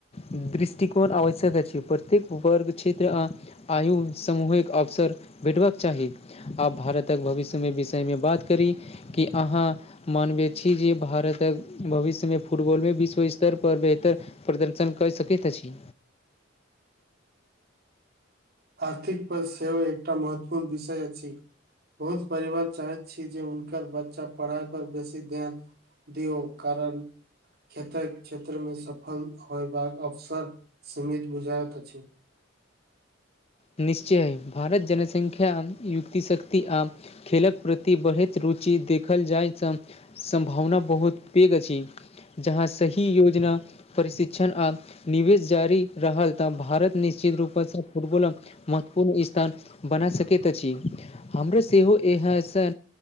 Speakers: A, on the left; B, on the right.
A: दृष्टिकोन आवश्यक अछि प्रत्येक वर्ग क्षेत्र आ आयु समूहिक अवसर भेटबाक चाही आब भारतक भविष्यमे विषयमे बात करी कि अहाँ मानबैत छी जे भारतक भविष्यमे फुटबॉलमे विश्व स्तर पर बेहतर प्रदर्शन कय सकेत अछि।
B: आर्थिक पद सेहो एकटा महत्वपूर्ण विषय अछि। बहुत परिवार चाहैत छी जे हुनकर बच्चा पढ़ाइ पर बेसी ध्यान दियो कारण कतेक क्षेत्र में सफल होयबाक अवसर सीमित बुझायइत अछि
A: निश्चय भारत जनसंख्या युक्तिशक्ति आ खेलक प्रति बढ़ैत रुचि देखल जाइत तऽ सम्भावना बहुत पेघ अछि जहाँ सही योजना प्रशिक्षण आ निवेश जारी रहल तऽ भारत निश्चित रूपसँ फुटबॉल महत्वपूर्ण स्थान बना सकैत अछि हमरा सेहो इहसँ